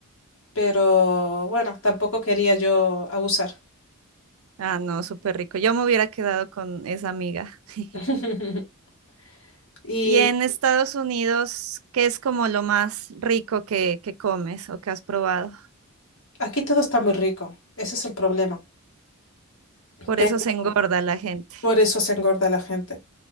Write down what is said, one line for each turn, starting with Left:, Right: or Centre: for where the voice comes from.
Left: pero bueno, tampoco quería yo abusar.
Right: Ah, no, súper rico. Yo me hubiera quedado con esa amiga. <laughs>
Left: <laughs> Y
Right: Y en Estados Unidos, ¿qué es como lo más rico que, que comes o que has probado?
Left: aquí todo está muy rico, ese es el problema.
Right: Por
Left: Pero
Right: eso se engorda la gente.
Left: por eso se engorda la gente.